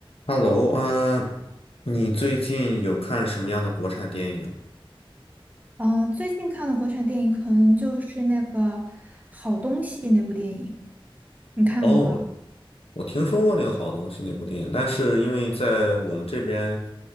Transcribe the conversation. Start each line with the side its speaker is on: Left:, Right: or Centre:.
Left: Hello 啊，你最近有看什么样的国产电影吗？
Right: 嗯，呃最近看的国产电影可能就是那个《好东西》那部电影，你看过吗？
Left: 哦，我我听说过那个好东西那部电影，但是因为在我们这边